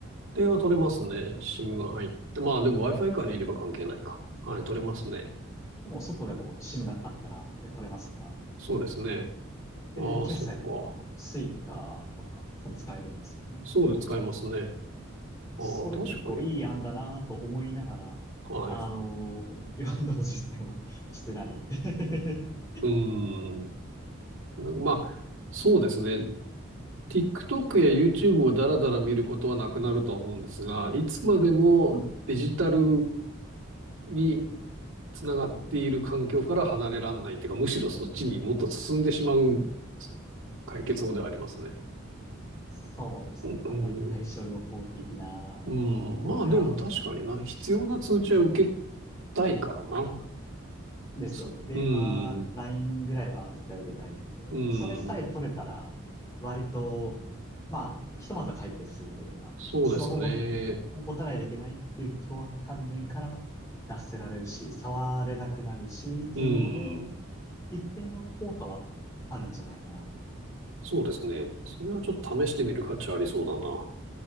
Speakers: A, on the right; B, on the left.
A: 電話取れますね。SIM が入って。まあでも Wi-Fi からにいれば関係ないか。はい、取れますね。
B: でも外でも SIM なあったら、で取れますから、
A: そうですね。ああ、
B: で、決済もスイカとか、
A: そっか。
B: そう使えるんですよね。
A: そうで使えますね。ああ、
B: それ結構いい案だなと思いながら、
A: 確かに。はい。
B: あのー <laughs> 今のところ実践は <laughs> してない。<laughs>
A: うーん。まあ、そうですね。TikTok や YouTube をだらだら見ることはなくなるとは思うんですが、いつまでもデジタルにつながっている環境から離れらんないというか、むしろそっちにもっと進んでしまう解決法ではありますね。
B: そうですね。
A: うん、
B: まあ、割と対症療法的なところでは
A: うんまあでも確かにな、必要な通知は受けたいからな。
B: ですよね。
A: そうん、
B: 電話、LINE ぐらいは絶対受けたいんで、
A: うん、
B: それさえ取れたら、割と、まあ、ひとまずは解決するというか、
A: そうですね。
B: スマホを持た、持たないといけないっていう凶悪観念からは脱せられるし、触れなくなるしっていうので、
A: うん。
B: 一定の効果はあるんじゃないかなと。
A: そうですね。それはちょっと試してみる価値ありそうだな。